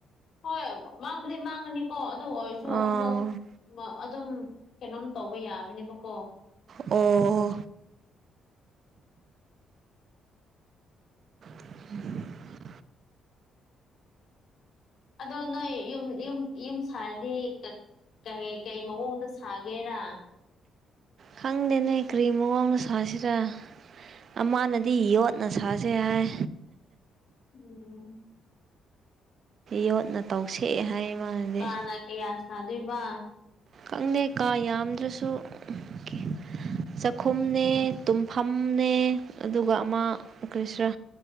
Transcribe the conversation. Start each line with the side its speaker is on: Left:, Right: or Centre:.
Left: ꯍꯣꯏ ꯃꯥꯡꯕꯗꯤ ꯃꯥꯡꯉꯅꯤꯀꯣ ꯑꯗꯨ ꯑꯣꯏꯔꯁꯨ
Right: ꯑꯣ
Left: ꯑꯃꯨꯛ ꯑꯗꯨꯝ ꯀꯩꯅꯣꯝ ꯇꯧꯕ ꯌꯥꯕꯅꯦꯕꯀꯣ
Right: ꯑꯣ <inaudible>
Left: ꯑꯗꯣ ꯅꯣꯏ ꯌꯨꯝ ꯌꯨꯝ ꯌꯨꯝ ꯁꯥꯔꯗꯤ ꯀꯩ ꯀꯩ ꯃꯑꯣꯡꯗ ꯁꯥꯒꯦꯔꯥ
Right: ꯈꯪꯗꯦꯅꯦ ꯀꯔꯤ ꯃꯑꯣꯡꯗ ꯁꯥꯁꯤꯔ ꯑꯃꯥꯅꯗꯤ ꯌꯣꯠꯅ ꯁꯥꯁꯦ ꯍꯥꯏ
Left: ꯎꯝ
Right: ꯌꯣꯠꯅ ꯇꯧꯁꯦ ꯍꯥꯏ ꯃꯥꯅꯗꯤ
Left: ꯀꯥꯅ ꯀꯌꯥ ꯁꯥꯗꯣꯏꯕ
Right: ꯈꯪꯗꯦ ꯀꯥ ꯌꯥꯝꯗ꯭ꯔꯁꯨ ꯀ ꯆꯥꯛꯈꯨꯝꯅꯦ ꯇꯨꯝꯐꯝꯅꯦ ꯑꯗꯨꯒ ꯑꯃ ꯀꯔꯤꯁꯤꯔꯥ